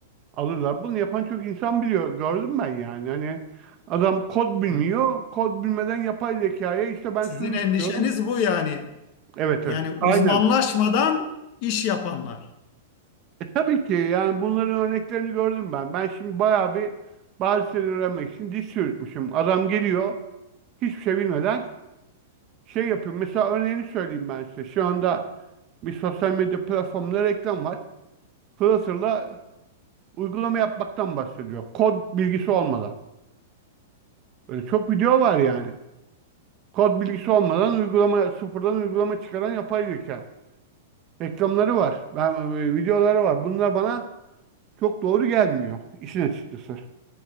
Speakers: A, on the right; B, on the left.
A: Alırlar. Bunu yapan çok insan biliyor. Gördüm ben yani. Hani adam kod bilmiyor.
B: Ha.
A: Kod bilmeden yapay zekaya işte ben
B: Sizin
A: şunu
B: endişeniz
A: istiyorum.
B: bu yani.
A: Evet
B: Yani
A: evet. Aynen.
B: uzmanlaşmadan iş yapanlar.
A: E tabii ki yani bunların örneklerini gördüm ben. Ben şimdi bayağı bir bazı şeyleri öğrenmek için diş çürütmüşüm. Adam geliyor hiçbir şey bilmeden şey yapıyor. Mesela örneğini söyleyeyim ben size. Şu anda bir sosyal medya platformunda reklam var. Flutter'la uygulama yapmaktan bahsediyor. Kod bilgisi olmadan. Böyle çok video var yani. Kod bilgisi olmadan uygulama sıfırdan uygulama çıkaran yapay zeka. Reklamları var. Ben e, videoları var. Bunlar bana çok doğru gelmiyor işin açıkçası.